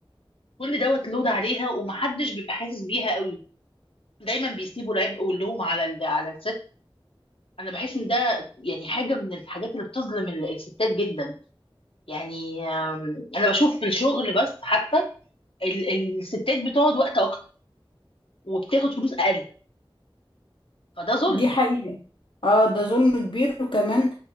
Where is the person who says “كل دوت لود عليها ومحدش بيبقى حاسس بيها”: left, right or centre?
Left